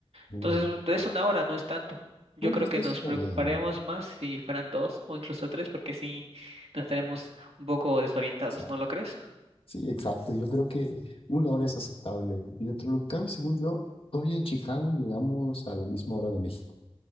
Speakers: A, on the left; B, on the right.
A: Mm,
B: Entonces, es una hora, no es tanto. Yo
A: Bueno,
B: creo
A: esto
B: que nos
A: sí está
B: preocuparíamos
A: bien.
B: más si fueran dos o incluso tres, porque sí nos estaremos un poco desorientados,
A: Sí,
B: ¿no lo crees?
A: sí, exacto. Yo creo que una hora es aceptable. Y dentro de lo que cabe, según yo, todavía en Chicago llegamos a la misma hora de México.